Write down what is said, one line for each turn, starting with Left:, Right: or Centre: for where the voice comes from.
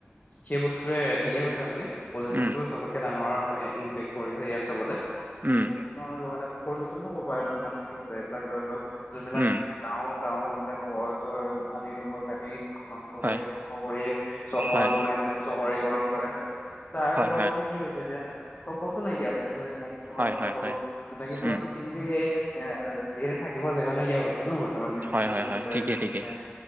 Left: সেই বস্তুৱে ঠিকে কৈছে আপুনি, পলিউশ্যনটো
Right: উম
Left: চবতকে ডাঙৰ ইম্পেক্ট কৰিছে ইয়াত চবতে পলিউশ্যনৰ
Right: উম
Left: লগতে পলিউশ্যন নু কৰ পৰা আহিছে নো, মানে কি হৈছে এইবিলাক ধৰি লওক যোনবিলাক
Right: উম
Left: গাও চাও এইবিলাক ঘৰ চৰ হাবি জংঘল কাত নষ্ট
Right: হয়
Left: কৰি ধ্বংস কৰি চহৰ
Right: হয়
Left: বনাইছে, চহৰীকৰণ কৰাইছে তাৰ
Right: হয়
Left: ফলত মানে কি হৈছে এতিয়া চব বস্তু নাইকিয়া হৈছে, এতিয়া জোনাকী পৰুৱাৰ
Right: হয়
Left: কথা
Right: হয় হয়
Left: কলো,
Right: হয়
Left: জোনাকী পৰুৱাৰটো
Right: উম
Left: মেইনলি এ ইয়াতে থাকিব জেগা নাইকিয়া হৈছে ন বৰ্তমান বিলুপ্ত
Right: হয় হয়
Left: হৈ
Right: হয়
Left: গৈছে,
Right: ঠিকেই ঠিকেই
Left: এ